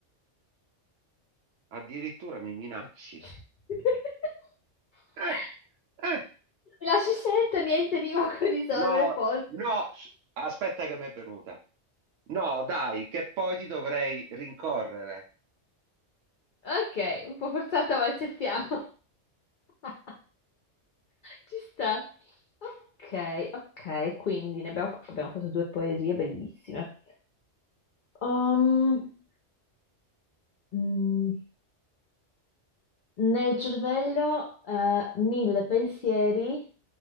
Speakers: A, on the right; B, on the left.
A: addirittura mi minacci.
B: <laughs>
A: Eh, eh.
B: Mi lasci scelta, niente rima con risolvere
A: No,
B: polvere.
A: no, sh- aspetta che mi è venuta. No, dai, che poi ti dovrei rincorrere.
B: Ok, un po' forzata, ma accettiamo. <laughs> Ci sta. Ok, ok, quindi ne abbiamo, fa- abbiamo fatto due poesie bellissime. Um, mm, nel cervello, eh, mille pensieri